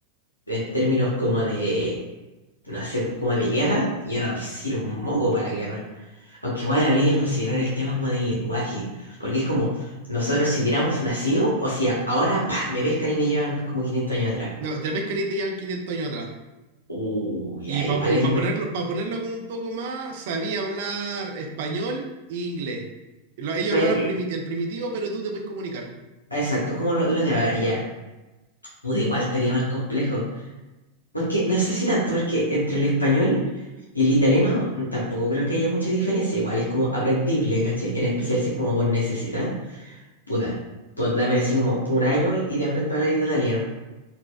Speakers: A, on the left (about 80°); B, on the right (about 55°).
A: en términos como de, no sé, pues, como de guerra, yo no sirvo un moco para la guerra, aunque igual habría que considerar el tema como del lenguaje, porque es como, nosotros si hubiéramos nacido, o sea, ahora, pa, me pescan y me llevan como 500 años atrás,
B: No, te pescan y te llevan 500 años atrás.
A: uh, ya,
B: Y
A: igual,
B: para y
A: ahí
B: pa
A: me-
B: ponerlo, para ponerlo como un poco más, sabía hablar español e inglés. Lo- ellos
A: pa-
B: lo hablan primi- el primitivo, pero tú te puedes comunicar.
A: Exacto, como lo, lo de ahora, ya. Puta, igual estaría más complejo. Aunque no sé si tanto, porque entre el español y el italiano mm, tampoco creo que haya mucha diferencia. Igual es como aprendible, ¿cachai? En
B: Ujú,
A: especial si es como por necesidad. Puta, pues dame así como un año y te aprendo a hablar italiano.